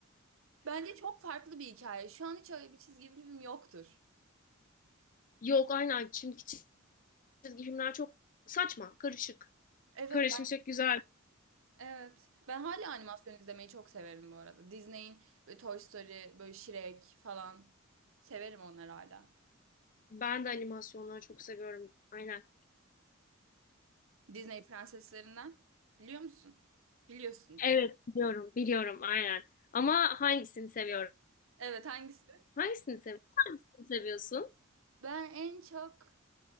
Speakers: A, on the right (about 70°); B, on the left (about 40°).
A: Bence çok farklı bir hikaye. Şu an hiç öyle bir çizgi film yoktur.
B: Yok aynen. Şimdiki çizgi filmler çok saçma, karışık.
A: Evet
B: Karışmışlık
A: ben
B: güzel.
A: evet. Ben hala animasyon izlemeyi çok severim bu arada. Disney'in böyle Toy Story, böyle Shrek falan severim onları hala.
B: Ben de animasyonları çok seviyorum. Aynen.
A: Disney prenseslerinden biliyor musun? Biliyorsundur.
B: Evet biliyorum. Biliyorum aynen. Ama hangisini seviyorum?
A: Evet hangisi?
B: Hangisini seviyorsun? Hangisini seviyorsun?
A: Ben en çok